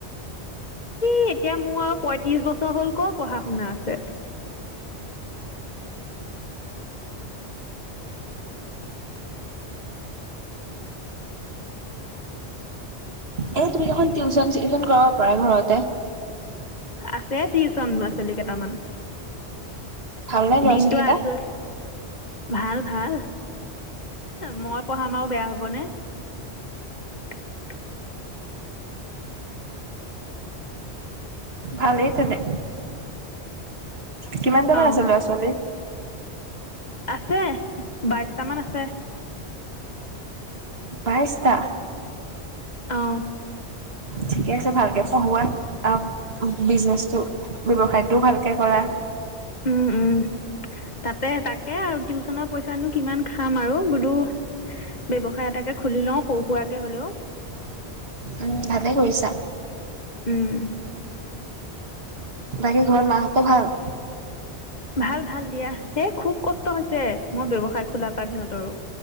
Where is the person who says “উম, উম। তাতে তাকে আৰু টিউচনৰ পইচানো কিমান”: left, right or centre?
Left